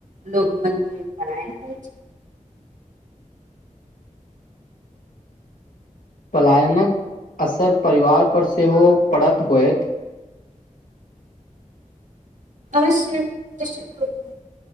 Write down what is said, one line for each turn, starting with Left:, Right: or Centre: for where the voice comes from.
Right: लोको मजबूरी पढाई -लिखाई छै।
Left: <unintelligible> पलायनक असर, परिवार पर सेहो पड़त होयत। <unintelligible>
Right: अवश निश्चित रूप